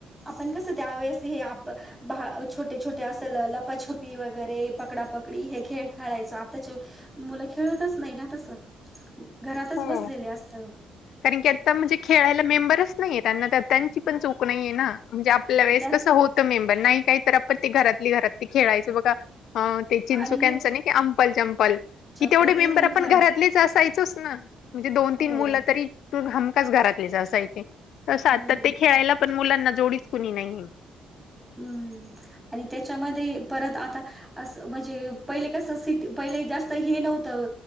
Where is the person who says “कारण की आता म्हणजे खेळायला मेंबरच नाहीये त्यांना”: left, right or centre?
Left